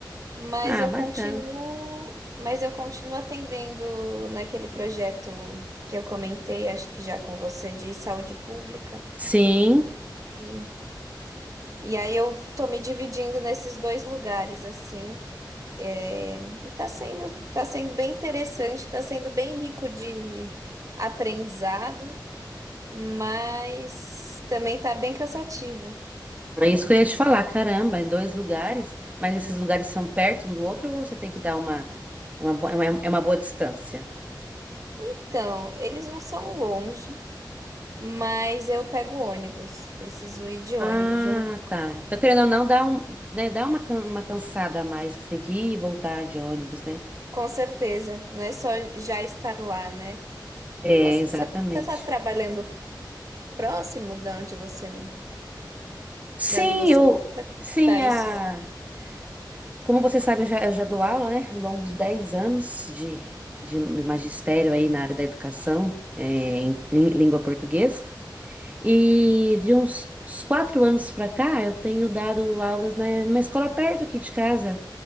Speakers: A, on the right (about 45°); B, on the right (about 20°).
A: Mas
B: Ah,
A: eu
B: bacana.
A: continuo, mas eu continuo atendendo naquele projeto que eu comentei, acho que já com você, de saúde pública.
B: Sim.
A: E, e aí eu tô me dividindo nesses dois lugares, assim. É, e tá sendo, tá sendo bem interessante, tá sendo bem rico de aprendizado. mas também tá bem cansativo.
B: É isso que eu ia te falar, caramba, em dois lugares, mas esses lugares são perto um do outro ou você tem que dar uma, uma, bo- é uma, é uma boa distância?
A: Então, eles não são longe, mas eu pego ônibus. Preciso ir de ônibus,
B: Ah,
A: de um... lugar-
B: tá. Então, querendo ou não, dá um, né, dá uma, can- uma cansada a mais, que você tem que ir e voltar de ônibus, né?
A: com certeza. Não é só já estar lá, né?
B: É,
A: E você,
B: exatamente.
A: você tá trabalhando próximo de onde você,
B: Sim,
A: de onde você
B: eu, sim,
A: está?
B: a,
A: Isso.
B: como você sabe, eu já, eu já dou aula, né? Longos 10 anos de, de magistério aí na área da educação, é, em lí- língua portuguesa. E de uns uns quatro anos para cá, eu tenho dado aulas na, numa escola perto aqui de casa.